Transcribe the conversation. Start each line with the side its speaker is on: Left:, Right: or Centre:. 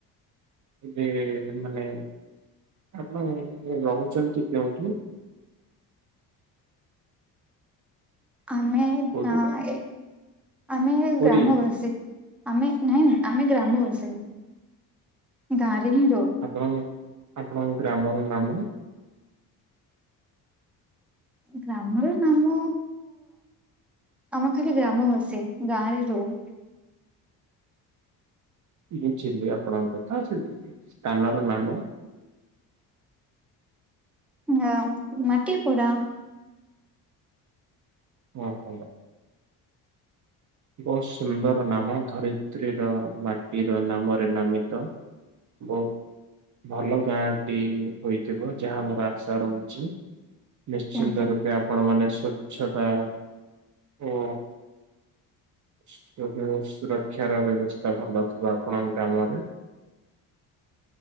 Right: ଯେ ମାନେ ଆପଣ ରହୁଛନ୍ତି କେଉଁଠି।
Centre: ଆମେ ଅଂ
Right: କୋଉଠି ବା
Centre: ଏଁ ଆମେ
Right: ପୁରୀ
Centre: ଗ୍ରାମବାସୀ। ଆମେ ନାଇଁ ନାଇଁ ଆମେ ଗ୍ରାମ ବାସି ଗାଁ ରେ ହିଁ ରହୁ।
Right: ଆପଣ ଆପଣଙ୍କ ଗ୍ରାମର ନାମ।
Centre: ଗ୍ରାମର ନାମ ଆମର ଖାଲି ଗ୍ରାମ ବାସି ଗାଁରେ ରହୁ।
Right: ବୁଝିଲି ଆପଣଙ୍କ କଥା ସେ ସ୍ଥାନ ର ନାମ।
Centre: ହଁ ମାଟିପୁର।
Right: ହଁ ଭଲ। ବହୁତ ସୁନ୍ଦର ନାମ ଧରିତ୍ ଧରିତ୍ରୀ ମାଟିର ନାମରେ ନାମିତ। ବହୁତ ଭଲ ଗାଁଟି ହୋଇଥିବ ଯାହା ଆମର ଆଶା ରହୁଛି। ନିଶ୍ଚିନ୍ତ
Centre: ଆଜ୍ଞା
Right: ରୂପେ ଆପଣ ମାନେ ସ୍ଵଚ୍ଛତା ଓ <unintelligible> ସୁରକ୍ଷାର ବ୍ୟବସ୍ଥା ଭଲ ଥିବ ଆପଣଙ୍କ ଗ୍ରାମରେ।